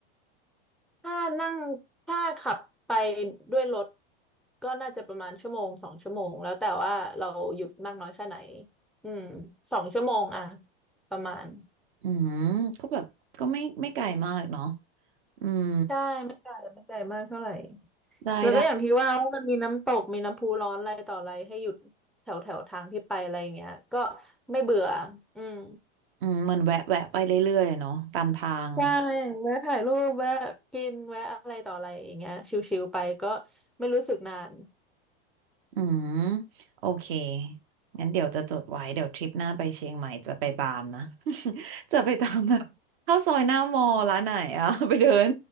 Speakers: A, in the centre; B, on the right.
A: ถ้านั่งถ้าขับไปด้วยรถก็น่าจะประมาณชั่วโมงสองชั่วโมงแล้วแต่ว่าเราหยุดมากน้อยแค่ไหนอืมสองชั่วโมงอะประมาณ
B: อืมก็แบบก็ไม่ไม่ไกลมากเนาะอืม
A: ใช่ไม่ไกลไม่ไกลมากเท่าไหร่
B: ได้ได้
A: แล้วก็อย่างที่ว่าว่ามันมีน้ำตกมีน้ำพุร้อนอะไรต่ออะไรให้หยุดแถวแถวทางที่ไปอะไรอย่างเงี้ยก็ไม่เบื่ออืม
B: อืมเหมือนแวะแวะไปเรื่อยๆเนาะตามทาง
A: ใช่ แวะถ่ายรูปแวะกินแวะอะไรต่ออะไรอย่างเงี้ยชิลๆไปก็ไม่รู้สึกนาน
B: อืมโอเคงั้นเดี๋ยวจะจดไว้เดี๋ยวทริปหน้าไปเชียงใหม่จะไปตามนะ <laughs> จะไปตามแบบเข้าซอยหน้ามอลร้านไหนอะ <laughs> ไปเดิน